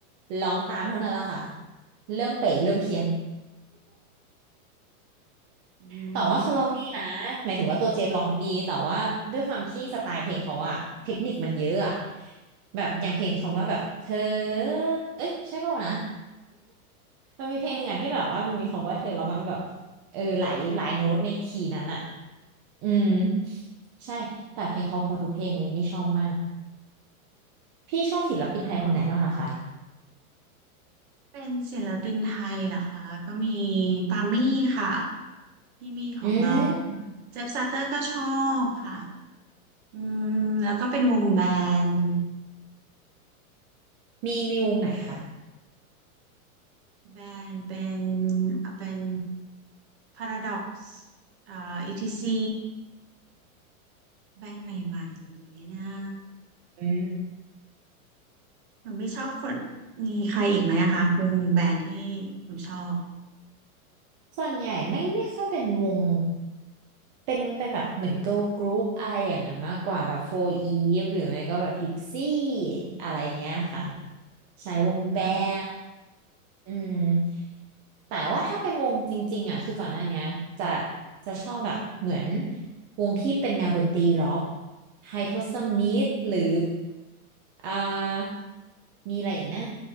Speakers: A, on the right; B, on the right.
A: ร้องตามเท่านั้นแหละค่ะเริ่มเป๋เริ่มเพี้ยน
B: อื
A: แต่ว่าเขาร้องดีนะหมายถึงว่าตัวเจฟร้องดีแต่ว่าด้วยความที่สไตล์เพลงเขาอะเทคนิคมันเยอะอะ
B: ม
A: แบบอย่างเพลงคำว่าแบบเธอเอ้ยใช่เปล่าวนะมันมีเพลงหนึ่งอะที่แบบว่ามันมีคำว่าเธอแล้วมันแบบเออหลายหลายโน้ตในคีย์นั้นอะอืมใช่แต่เพลงเขาพอทุกเพลงเลยนี่ชอบมากพี่ชอบศิลปินไทยคนไหนบ้างอะคะ
B: เป็นศิลปินไทยเหรอคะก็มีปามี่ค่ะที่มีของเรา
A: อืม
B: เจฟซาเตอร์ก็ชอบค่ะอืมแล้วก็เป็นวงแบนด์
A: มีมีวงไหนคะ
B: แบนเป็นเอาเป็น Paradox อ่า ETC แบรนด์ใหม่ๆอย่างนี้นะ
A: อืม
B: หนูไม่ชอบคนมีใครอีกไหมอะคะวงแบรนด์ที่หนูชอบ
A: ส่วนใหญ่ไม่ไม่ค่อยเป็นวงเป็นเป็นแบบเหมือน girl group อะไรอย่างนั้นมากกว่าแบบ4 Eve หรือไม่ก็แบบ Pixie อะไรเงี้ยค่ะใช้วงแบ
B: อืม
A: มอืมแต่ว่าถ้าเป็นวงจริงๆอ่ะคือก่อนหน้าเนี้ยจะจะชอบแบบเหมือนวงที่เป็นแนวดนตรีร็อกไฮโทสมิธหรืออ่ามีอะไรอีกนะ